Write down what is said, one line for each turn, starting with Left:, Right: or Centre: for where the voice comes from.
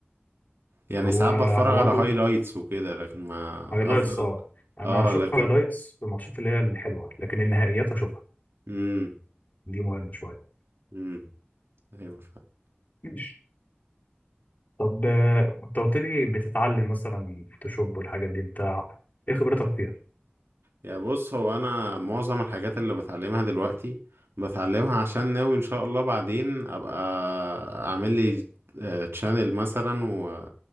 Right: يعني
Left: هو
Right: ساعات بتفرج
Left: انا برضو
Right: على هايلايتس وكده لكن ما
Left: هايلايتس
Right: افضل
Left: اه انا
Right: اه
Left: هشوف
Right: لكن
Left: هايلايتس في الماتشات اللي هي الحلوه لكن النهائيات هشوفها
Right: امم
Left: دي مهمه شويه
Right: امم ايوه فعلا
Left: ماشي طب آه، انت قلت لي بتتعلم مثلا فوتوشوب والحاجات دي انت ايه خبرتك فيها
Right: يا بص هو انا معظم الحاجات اللي بتعلمها دلوقتي بتعلمها عشان ناوي ان شاء الله بعدين ابقى اعمل لي تشانل مثلا و